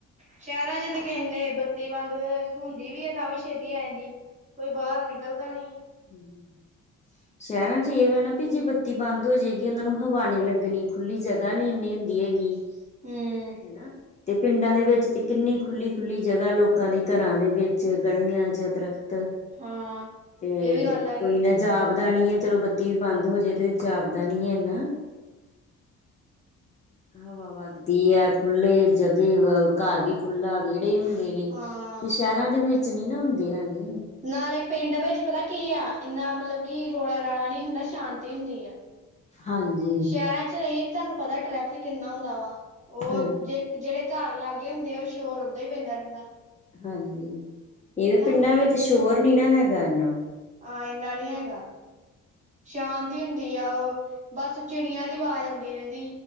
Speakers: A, on the right (about 25°); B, on the left (about 25°).
A: ਸ਼ੈਰਾਂ ਚ ਤੇ ਕੇਹੰਦੇ ਬੱਤੀ ਬੰਦ ਹੁੰਦੀ ਵੀ ਐ ਤਾ ਵੀ ਛੇਤੀ ਆ ਜਾਂਦੀ। ਕੋਈ ਬਾਰ ਨਿਕਲਦਾ ਨੀ।
B: ਹੁੰ। ਸ਼ੈਰਾਂ ਚ ਇਹ ਵ ਨਾ ਬੀ ਜੇ ਬੱਤੀ ਬੰਦ ਹੋ ਜੇਗੀ ਉਹਨਾਂ ਨੂੰ ਹਵਾ ਨੀ ਲੱਗਨੀ। ਖੁੱਲ੍ਹੀ ਜਗ੍ਹਾ ਨੀ ਇੰਨੀ ਹੁੰਦੀ ਹੈਗੀ।
A: ਹੂੰ
B: ਹੇਨਾ। ਤੇ ਪਿੰਡਾਂ ਦੇ ਵਿੱਚ ਤੇ ਕਿੰਨੀ ਖੁੱਲੀ-ਖੁੱਲੀ ਜਗਾ ਲੋਕਾਂ ਦੀ ਘਰਾਂ ਦੇ ਵਿੱਚ ਗਲੀਆਂ ਚ ਦਰਖਤ
A: ਹਾਂ।
B: ਤੇ
A: ਇਹ ਵੀ ਗੱਲ ਹੈਗੀ
B: ਕੋਈ ਏਨਾ
A: ਆ
B: ਜਾਪਦਾ ਨੀ ਐ ਚਲੋ ਬੱਤੀ ਵੀ ਬੰਦ ਹੋ ਜੇ ਤੇ ਜਾਪਦਾ ਨੀ ਏਨਾ। ਹਵਾ ਵੱਗਦੀ ਐ। ਖੁੱਲੇ ਜਗ਼੍ਹੇ ਵ ਘਰ ਵੀ ਖੁਾਲਾ ਵੇ ੜੇ ਹੁੰਦੇ ਨੇ।
A: ਹਾਂ।
B: ਤੇ ਸ਼ੈਰਾਂ ਦੇ ਵਿੱਚ ਨੀ ਨਾ ਹੁੰਦੇ ਹੈਗੇ।
A: ਨਾਲੇ ਪਿੰਡ ਵਿੱਚ ਪਤਾ ਕੀ ਆ, ਇੰਨਾ ਮਤਲਬ ਕਿ ਰੌਲਾ ਰਾਲਾ ਨੀ ਹੁੰਦਾ। ਸ਼ਾਂਤੀ ਹੁੰਦੀ ਆ।
B: ਹਾਂਜੀ
A: ਸ਼ੈਰਾਂ ਚ ਰਹੀਏ, ਤੁਹਾਨੂੰ ਪਤਾ ਟ੍ਰੈਫਿਕ ਕਿੰਨਾ ਹੁੰਦਾ ਵਾ। ਉਹ
B: ਹਾਂ
A: ਜੇ ਜਿਹੜੇ ਘਰ ਲਾਗੇ ਹੁੰਦੇ ਆ ਉਹ ਸ਼ੋਰ ਓਦਾਂ ਹੀ ਪੈਂਦਾ ਰਹਿੰਦਾ।
B: ਹਾਂਜੀ, ਇਹਦੇ
A: ਹਨਾ।
B: ਪਿੰਡਾਂ ਵਿੱਚ ਸ਼ੋਰ ਨੀ ਨਾ ਹੈਗਾ ਏਨਾ।
A: ਆਂ ਇੰਨਾ ਨੀ ਹੈਗਾ। ਸ਼ਾਂਤੀ ਹੁੰਦੀ ਆ ਉਹ। ਬਸ ਚਿੜੀਆਂ ਦੀ ਵਾਜ਼ ਆਉਂਦੀ ਰਹਿੰਦੀ।